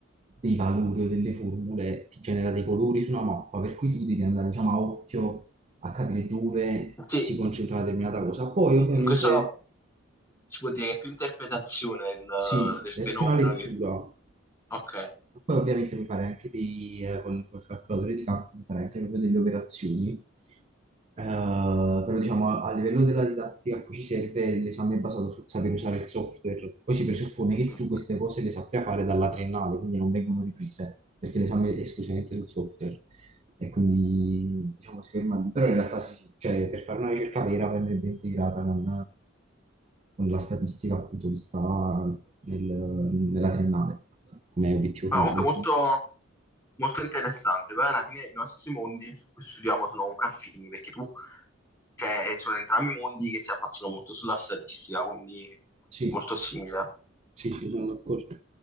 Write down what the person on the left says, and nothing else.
Sì,
in questo si può dire che è più interpretazione il-
del fenomeno
che- Ok.
Mm.
Ma
comunque
molto, molto interessante, poi alla fine i nostri mondi su cui studiamo sono comunque affini, perché tu, cioè, sono entrambi mondi che si affacciano molto sulla statistica, quindi
molto simile.